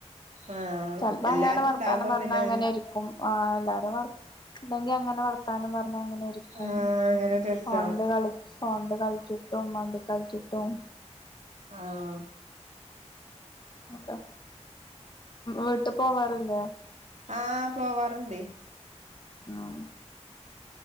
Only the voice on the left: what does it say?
ചെലപ്പോ
അങ്ങനെ വർത്താനം
പറഞ്ഞാ
അങ്ങനെരിക്കും ആഹ്‌ എല്ലാരും വർ ഇല്ലെങ്കി അങ്ങനെ വർ ത്താനം പറഞ്ഞ അങ്ങനെ ഇരിക്കും
ഫോൺല് കളി ഫോൺല് കളിച്ചിട്ടും വണ്ടി കളിച്ചിട്ടും
ഓക്കേ വീട്ട് പോവാറില്ലേ
ആഹ്